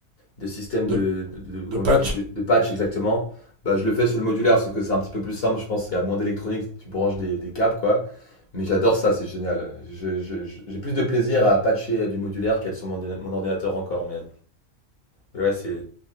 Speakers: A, on the left (about 50°); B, on the right (about 55°).
A: des systèmes
B: de,
A: de, de, de- de-
B: de
A: comment
B: patch.
A: tu dis, de, de patch exactement, bah, je le fais sur le modulaire, sauf que c'est un petit peu plus simple, je pense qu'il y a moins d'électronique, tu branches des, des câbles, quoi. Mais j'adore ça, c'est génial. Je- je- je- J'ai plus de plaisir à patcher du modulaire qu'à être sur mon, ordina- mon ordinateur encore, mais, mais ouais, c'est